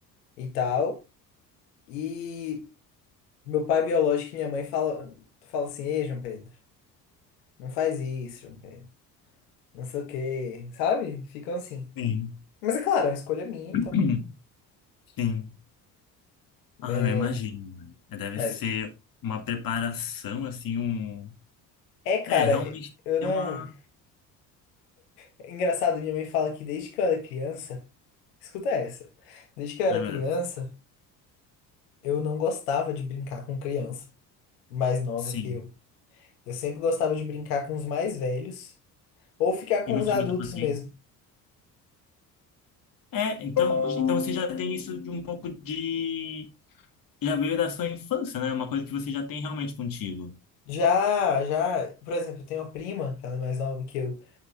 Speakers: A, on the left; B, on the left.
A: e tal. E meu pai biológico e minha mãe fala, fala assim, ei, João Pedro, não faz isso, João Pedro. Não sei o quê, sabe? Ficam assim.
B: Sim.
A: Mas é claro, é uma escolha minha, então.
B: <clears throat> Sim. Ah,
A: É,
B: eu imagino. né? É, Deve
A: mas
B: ser uma preparação, assim, um.
A: é, cara,
B: É, realmente
A: eu
B: tem
A: não.
B: uma.
A: É engraçado, minha mãe fala que desde que eu era criança. Escuta essa. Desde que eu era
B: Ai, meu
A: criança,
B: Deus.
A: eu não gostava de brincar com criança mais nova
B: Sim.
A: que eu. Eu sempre gostava de brincar com os mais velhos ou ficar com
B: E não
A: os
B: tem
A: adultos
B: muita paciência.
A: mesmo.
B: É, então, então você já tem isso de um pouco de. Já veio da sua infância, né? É Uma coisa que você já tem realmente contigo.
A: Já, já, por exemplo, eu tenho uma prima, que ela é mais nova que eu,